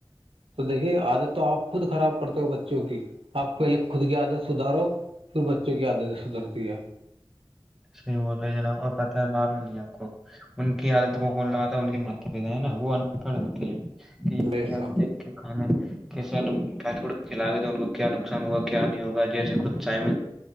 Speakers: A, on the right; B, in the centre.
A: تو دیکھیے عادت تو آپ خود خراب کرڑتے ہو بچوں کی آپ پہلے خود کی عادت سدھارو پھر بچوں کی عادتیں سدھھرتی ہے
B: صحیح بول رہے ج نب اور پتہ ہے معلوم نہیں ہے آپ کو ان کی عادت کو کون لگاتا ہے ان کے ماتا پتا ہے نا وہ انپڑھ ہوتے ہیں
A: بے
B: یہتے
A: شک
B: کھانا ک کھلاے تو ان کو کیا نقصان ہوگا کیا نہیں ہوگا جیسے کھ ٹائم